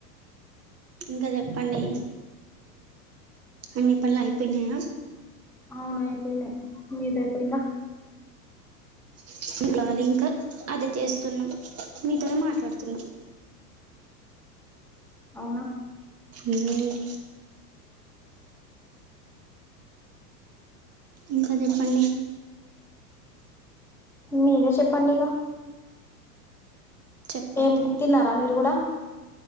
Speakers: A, on the right (about 30°); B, in the centre.
A: ఇంకా చెప్పండి అన్ని పనులు అయిపోయినాయ
B: అవున అయిపోయినాయి మీద అయిపోయింద
A: <unintelligible> ఇంకా అదే చేస్తున్నాం మీతోనే మాట్లాడుతున్నాం
B: అవున
A: ఉమ్ ఇంకా చెప్పండి
B: మీరే చెప్పండి ఇగా
A: చెప్పాలి
B: ఏం తిన్నారా మీరు కూడా